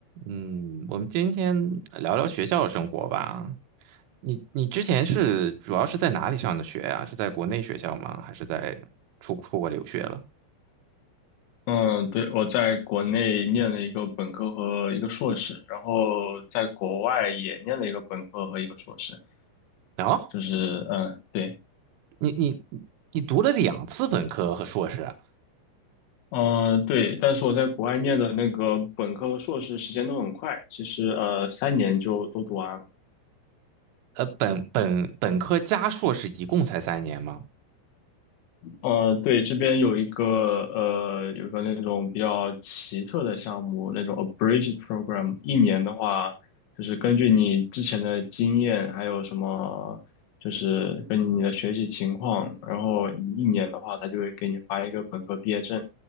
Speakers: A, on the right; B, on the left.
A: 嗯，我们今天聊聊学校生活吧。你你之前是主要是在哪里上的学呀？是在国内学校吗？还是在出出国留学了？
B: 嗯，对，我在国内念了一个本科和一个硕士，然后在国外也念了一个本科和一个硕士，
A: 哦，
B: 就是嗯，对，
A: 你你你读了两次本科和硕士啊，
B: 嗯，对，但是我在国外念的那个本科和硕士时间都很快，其实呃三年就都读完了。
A: 呃，本本本科加硕士一共才三年吗？
B: 呃，对，这边有一个呃，有个那种比较奇特的项目，那种 abridged program，一年的话，就是根据你之前的经验，还有什么，就是根据你的学习情况，然后你一年的话，他就会给你发一个本科毕业证，